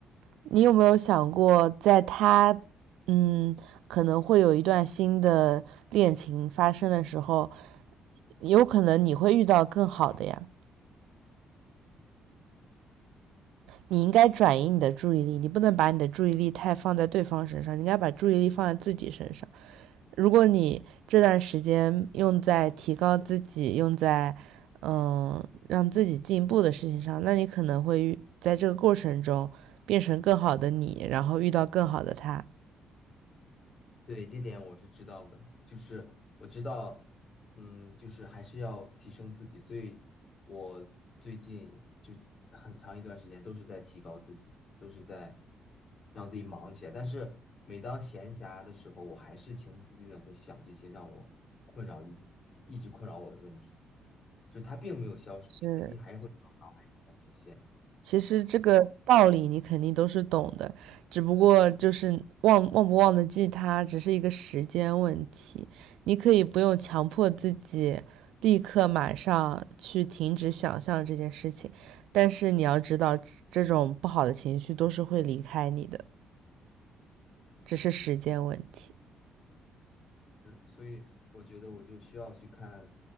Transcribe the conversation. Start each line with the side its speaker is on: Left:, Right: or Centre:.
Right: 你有没有想过，在他，嗯，可能会有一段新的恋情发生的时候，有可能你会遇到更好的呀。你应该转移你的注意力，你不能把你的注意力太放在对方身上，你应该把注意力放在自己身上。如果你这段时间用在提高自己、用在嗯让自己进步的事情上，那你可能会遇在这个过程中变成更好的你，然后遇到更好的他。
Left: 对，这点我是知道的，就是我知道，嗯，就是还是要提升自己，所以我最近就很长一段时间都是在提高自己，都是在让自己忙起来。但是每当闲暇的时候，我还是情不自禁的会想这些让我困扰一一直困扰我的问题，就是它并没有消失，
Right: 是
Left: 这个问题还是会在我脑海里面浮现。
Right: 其实这个道理你肯定都是懂的，只不过就是忘忘不忘得记它，只是一个时间问题。你可以不用强迫自己立刻马上去停止想象这件事情，但是你要知道，这种不好的情绪都是会离开你的，只是时间问题。
Left: 是，所以我觉得我就需要去看，